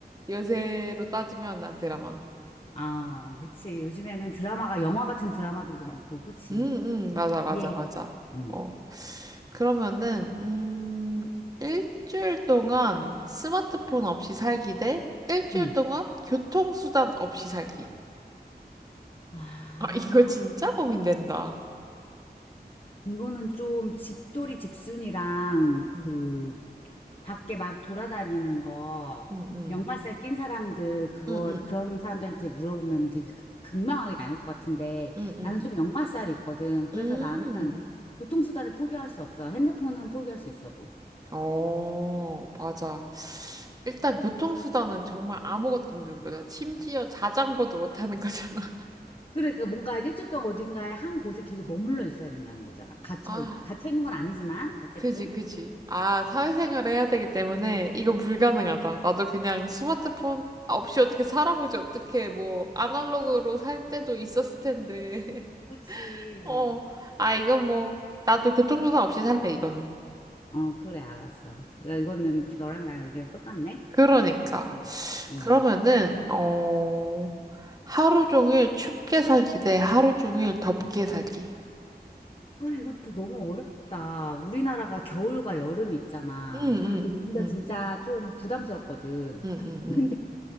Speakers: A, on the right; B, on the left.
A: 요새로 따지면 난 드라마.
B: 아, 그치. 요즘에는 드라마가, 영화 같은 드라마들도 많고, 그치.
A: 음, 음, 맞아, 맞아,
B: 예.
A: 맞아.
B: 응.
A: 어. 그러면은, 음, 일주일 동안 스마트폰 없이 살기 대 일주일
B: 응.
A: 동안 교통수단 없이 살기.
B: 아.
A: 아, 이거 진짜 고민된다.
B: 이거는 좀 집돌이 집순이랑 그
A: 음,
B: 밖에 막 돌아다니는 거
A: 음, 음,
B: 역마살 낀 사람들 그거
A: 음, 음,
B: 그런 사람들한테 물어보면 되게 극- 극명하게 나뉠 것 같은데
A: 음, 음.
B: 나는 좀 역마살이 있거든. 그래서
A: 음.
B: 나는
A: 음.
B: 교통수단을 포기할 수 없어. 핸드폰은 포기할 수 있어도.
A: 어, 맞아. 일단 교통수단은 정말 아무것도 없는 거잖아. 심지어 자전거도 못 타는 거잖아. <laughs>
B: 그래, 그러니까 뭔가 일주일 동안 어딘가에 한 곳에 계속 머물러 있어야 된다는 거잖아. 갇혀
A: 아.
B: 갇혀 있는 건 아니지만 어쨌든.
A: 그지, 그지. 아, 사회생활을 해야 되기 때문에 이건 불가능하다. 나도 그냥 스마트폰 없이 어떻게 살아보지, 어떻게 뭐, 아날로그로 살 때도 있었을 텐데. <laughs>
B: 그렇지.
A: 어, 아, 이건 뭐, 나도 교통수단 없이 살래, 이거는.
B: 어, 그래, 알았어. 그러니까 이거는 너랑 나랑 의견이 똑같네.
A: 그러니까.
B: 어.
A: 그러면은, 어, 하루 종일 춥게 살기 대 하루 종일 덥게 살기.
B: 아, 이것도 너무 어렵다. 우리나라가 겨울과 여름이 있잖아.
A: 응, 응,
B: 아, 근데 둘다
A: 응,
B: 진짜 좀 부담스럽거든.
A: 응, 응, 응,
B: <laughs> 근데